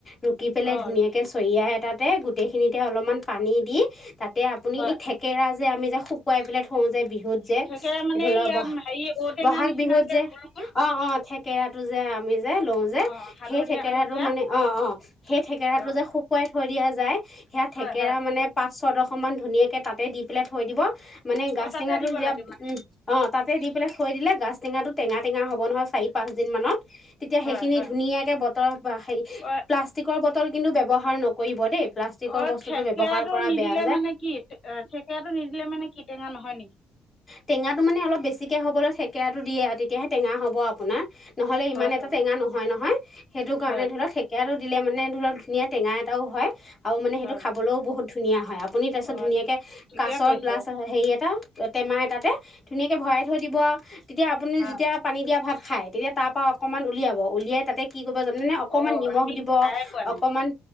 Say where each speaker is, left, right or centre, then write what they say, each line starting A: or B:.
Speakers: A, on the left; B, on the left.
A: ৰুকি পেলাই
B: অঁ
A: ধুনীয়াকৈ
B: ৰুকিম
A: চৰিয়া এটাতে গোটেইখিনিতে অলপমান পানী দি তাতে আপুনি
B: হয়
A: এই থেকেৰা যে আমি যে শুকুৱাই পেলাই থওঁ যে বিহুত যে
B: তাকে মানে
A: ধৰি লওক
B: ইয়াত
A: বহাগ
B: হেৰি ঔটেঙা
A: বহাগ
B: নিচিনা
A: বিহুত যে
B: গোল গোল
A: অ', অ', থেকেৰাতটো যে আমি যে লওঁ যে
B: অঁ হালধীয়া
A: সেই থেকেৰাটো
B: হালধীয়া
A: মানে অ', অ', সেই থঠেকেৰাটো
B: অঁ
A: যে শুকুৱাই থৈ দিয়া যায় সেয়া থেকেৰা
B: হয় হয়
A: মানে পাঁচ ছয়দশ মান ধুনীয়াকে তাতে দি পেলাই থৈ দিব মানে গাচ
B: অঁ তাতে
A: টেঙাটো
B: দিব
A: যেতিয়া
B: লাগে মানে
A: উম অ' তাতে দি পেলাই থৈ দিলে গাছ টঙাটো টেঙা টেঙা হ'ব নহয় চাৰি পাঁচদিন মানত তেতিয়া
B: হয়
A: সেইখিনি
B: হয়
A: ধুনীয়াকে বটল
B: অঁ
A: প্লাষ্টিকৰ বটল কিন্তু ব্যৱহ হাৰ নকৰিব দেই। প্লাষ্টিকৰ
B: অ'
A: বস্তুটো
B: থেকেৰাটো
A: ব্যৱহাৰ কৰা
B: নিদিলে
A: বেয়া যে
B: মানে কি থেকেৰাটো নিদিলে মানে কি টেঙা নহয় নেকি?
A: টেঙাটো মানে অলপ বেছিকে হ'বলৈ থেকেৰাটো দিয়ে আৰু তেতিয়াহে টেঙা হ'ব আপোনাৰ। নহ'লে ইমান
B: হয়
A: এটা
B: হয়
A: টেঙা নহয় নহয়, সেইটো কাৰণে
B: হয়
A: ধৰি লওক সেকে আৰু দিলে মানে ধৰি ধুনীয়া টেঙা এটাও হয়, আৰু মানে সেইটো
B: হয়
A: খাবলৈও বহুত ধুনীয়া হয় আপুনি তাৰপিছত
B: অঁ
A: ধুনীয়াকে
B: ঠিক ঠিকে
A: কাছৰ
B: কৈছে
A: গ্লাছ হেৰি এটা টেমা এতাতে ধুনীয়াকৈ ভৰাই থৈ দিব আৰু তেতিয়া আপুনি
B: হয়
A: যেতিয়া পানী দিয়া ভাত খাই তেতিয়া তাৰপৰা অকণমান উলিয়াব উলিয়াই তাতে কি জানেনে অকমান
B: অঁ
A: নিমখ
B: আমি
A: দিব
B: খায়ে পোৱা নাই
A: অকমান